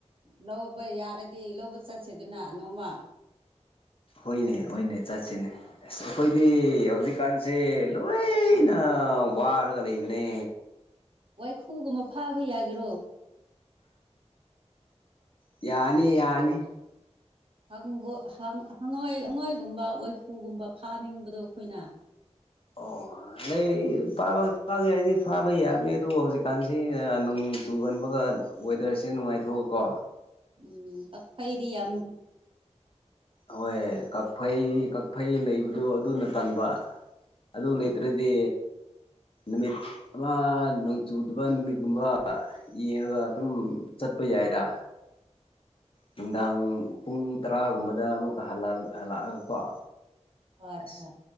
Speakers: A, on the right; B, on the left.
A: ꯂꯧꯕ ꯌꯥꯔꯗꯤ ꯂꯧꯕ ꯆꯠꯁꯤꯗꯨꯅ ꯅꯣꯡꯃ
B: ꯍꯣꯏꯅꯦ ꯍꯣꯏꯅꯦ ꯆꯠꯁꯤꯅꯦ ꯑꯁ ꯑꯩꯈꯣꯏꯗꯤ ꯍꯧꯖꯤꯛ ꯀꯟꯁꯦ ꯂꯣꯏꯅ ꯋꯥꯔꯒ ꯂꯩꯕꯅꯦ
A: ꯋꯥꯏꯈꯨꯒꯨꯝꯕ ꯐꯥꯕ ꯌꯥꯒꯦꯔꯣ
B: ꯌꯥꯅꯤ ꯌꯥꯅꯤ
A: ꯍꯪ ꯍꯪꯉꯣꯏ ꯍꯪꯉꯣꯏꯒꯨꯝꯕ ꯋꯥꯏꯈꯨꯒꯨꯝꯕ ꯐꯥꯅꯤꯡꯕꯗꯣ ꯑꯩꯈꯣꯏꯅ
B: ꯑꯣ ꯂꯩꯥ ꯐꯥꯕ ꯐꯥꯒꯦ ꯍꯥꯏꯔꯗꯤ ꯐꯥꯕ ꯌꯥꯕꯅꯤ ꯑꯗꯨꯕꯨ ꯍꯧꯖꯤꯛꯀꯥꯟꯁꯤ ꯅꯣꯡ ꯆꯨꯒꯟꯕꯒ ꯋꯦꯗꯔꯁꯤ ꯅꯨꯡꯉꯥꯏꯇ꯭ꯔꯣ ꯀꯣ
A: ꯎꯝ ꯀꯛ ꯐꯩꯗꯤ ꯌꯥꯝ
B: ꯍꯣꯏ ꯀꯛꯐꯩ ꯀꯛꯐꯩ ꯂꯩꯕꯗꯣ ꯑꯗꯨꯅ ꯇꯟꯕ ꯑꯗꯨ
A: ꯑꯥ
B: ꯂꯩ ꯂꯩꯇ꯭ꯔꯗꯤ ꯅꯨꯃꯤꯠ ꯑꯃ ꯅꯣꯡ ꯆꯨꯗꯕ ꯅꯨꯃꯤꯠꯒꯨꯝꯕ ꯌꯦꯡꯉꯒ ꯑꯗꯨꯝ ꯆꯠꯄ ꯌꯥꯏꯗ ꯅꯨꯡꯗꯥꯡ ꯄꯨꯡ ꯇꯔꯥꯒꯨꯝꯕꯗ ꯑꯃꯨꯛꯀ ꯍꯜꯂꯛꯑꯒꯀꯣ
A: ꯍꯣꯏ
B: ꯑꯁ
A: ꯍꯣꯏ